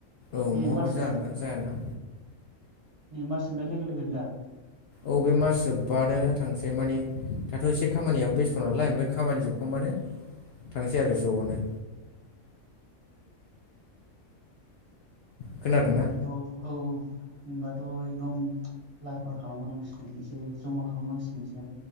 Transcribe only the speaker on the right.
नैबे
मास
नै मास जोबनाय लोगो लोगोनो दा?
उम
ओमबाथ' औ औ होनबाथ' एकदम लाहार फाहार खालामनांसिगोन एसे जमा खालामनांसिगोन से